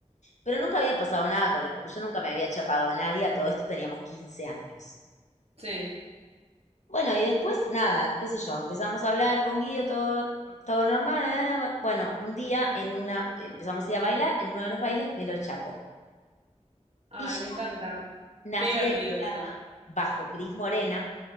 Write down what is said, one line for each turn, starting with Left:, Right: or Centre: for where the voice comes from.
Left: Pero nunca había pasado nada con él, porque yo nunca me había chapado a nadie, a todo esto teníamos 15 años.
Right: Sí.
Left: Bueno, y después nada, qué sé yo, empezamos a hablar con Guido, todo, todo normal. eh, Bueno, un día en una, empezamos a ir a bailar, en uno de los bailes me lo chapó.
Right: Ay,
Left: Y yo,
Right: me encanta.
Left: nacida
Right: Qué divertido
Left: y criada
Right: esto.
Left: bajo Cris Morena,